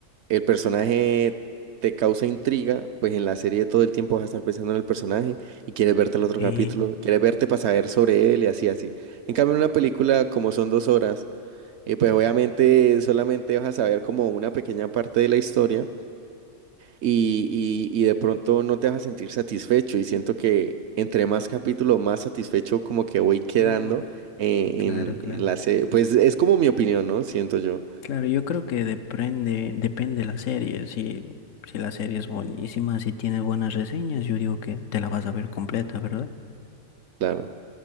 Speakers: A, on the right; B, on the left.
A: el personaje te causa intriga, pues en la serie todo el tiempo vas a estar pensando en el personaje y quieres verte el otro
B: Eh,
A: capítulo, quieres verte para saber sobre él y así, así. En cambio, en una película, como son dos horas, eh, pues obviamente solamente vas a saber como una pequeña parte de la historia y, y- y de pronto no te vas a sentir satisfecho y siento que entre más capítulo, más satisfecho como que voy quedando
B: oh,
A: eh,
B: claro,
A: en,
B: claro.
A: en la serie. Pues es como mi opinión, ¿no? Siento yo.
B: Claro, yo creo que depende, depende la serie. Si, si la serie es buenísima, si tiene buenas reseñas, yo digo que te la vas a ver completa, ¿verdad?
A: Claro,